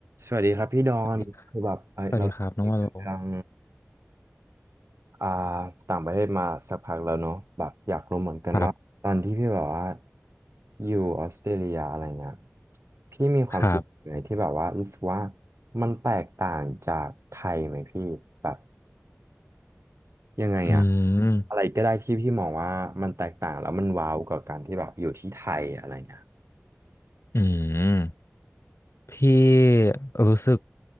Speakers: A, on the right (about 85°); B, on the left (about 70°).
A: สวัสดีครับพี่ดอนคือแบบเอ้ยเราคุยกันเรื่อง
B: ดีสวัสดีครับน้องว่าโล
A: อ่าต่างประเทศมาสักพักแล้วเนาะแบบอยากรู้เหมือนกันว่าตอนที่พี่แบบว่า
B: ครับ
A: อยู่ออสเตรเลียอะไรเงี้ยพี่มีความคิดไหนที่แบบว่ารู้สึกว่า
B: ครับ
A: มันแตกต่างจากไทยไหมพี่แบบยังไงอะ
B: อืม
A: อะไรก็ได้ที่พี่มองว่ามันแตกต่างแล้วมันว้าวกับการที่แบบอยู่ที่ไทยอะไรเงี้ย
B: อืมพี่รู้สึก